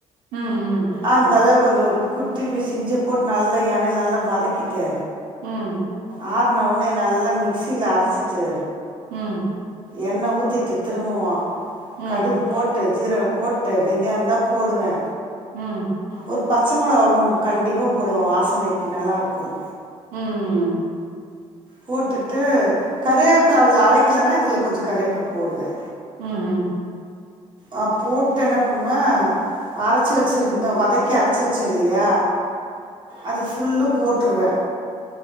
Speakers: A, on the right; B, on the right.
A: ம் ம்
B: அந்த அளவு கொஞ்ச குட்டி பீஸ் இஞ்ச போட் நல்லா எண்ணெயில நல்லா வதக்கிட்டு
A: ம்
B: ஆறுன உன்னே நல்லா மிக்சியில அரச்சிட்டு
A: ம்
B: எண்ணெ ஊத்திட்டு திரும்பவும்
A: ம் ம்
B: கடுகு போட் ட்டு ஜீரகம் போட்டு வெந்தியந்தா போடுவே
A: ம்
B: ஒரு பச்ச மொளகா ஒண்ணு கண்டிப்பா போடுவோ வாசனைக்கி நல்லா இருக்கும்
A: ம்
B: போட்டுட்டு கரிவேப்பில அதல அரைக்கலன்னா இதல கொஞ்ச கரிவேபில போடுவே
A: ம் ம்
B: அ போட்டு என்ன பண்ணுவ அரச்சு வச்சிருந்த வதக்கி அர ச்சி வச்ச இல்லையா அத ஃபுல்லு போட்டுருவே